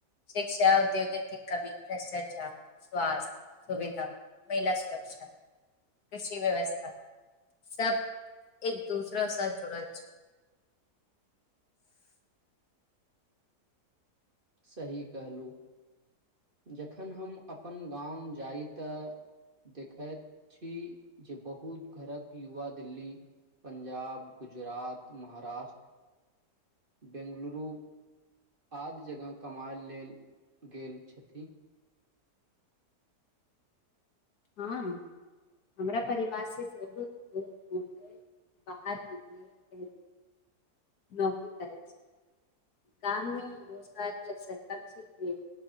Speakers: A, on the left; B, on the right.
A: शिक्षा उऔद्योग के कमी, भ्रष्टाचार, स्वास्थ्य, सुविधा। महिला सुरक्षा, कृषि व्यवस्था, सब। एक दूसरा साथ जुड़ल छी। <inaudible>
B: सही कहलूँ। जखन हम अपन गाम जाइ तऽ, देखैत छी। जे बहुत घरक युवा, दिल्ली, पंजाब, गुजरात, महाराष्ट्र! <unintelligible> बेैंगलुरु, आदि जगह कमाएल लेल गेल छथि। ठीक।
A: हँ हमरा परिवार से सेहो बहुत बाहर निकल नौकरी करै छै। गाममे रोजगारके, अबसर कम छै की?